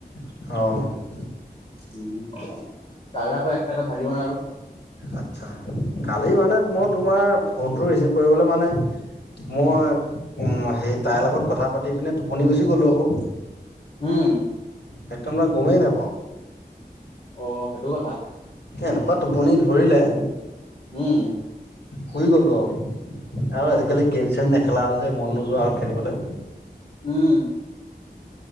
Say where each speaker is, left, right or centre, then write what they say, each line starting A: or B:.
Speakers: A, on the left; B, on the left.
A: অ
B: উম দাদাকো আকৌ একটাকে ভাজি বনালো
A: আচ্ছা কালি মানে মই তোমাৰ ফোনটো ৰিচিভ কৰিবলৈ মানে মই উ হে তাইৰ লগত কথা পা দি পিনে টোপনি গুচি গ'লো আকৌ
B: উম
A: এক টোম গমেই নোপাওঁ
B: অ সেইটো কথা
A: এনেকুৱা টোপনি ধৰিলে
B: উম
A: শুই গ'লো আৰু আৰু আজিকালি গেম চেম নেখেলা হ'ল যে মন নোযোৱা হ'ল খেলিবলে
B: উম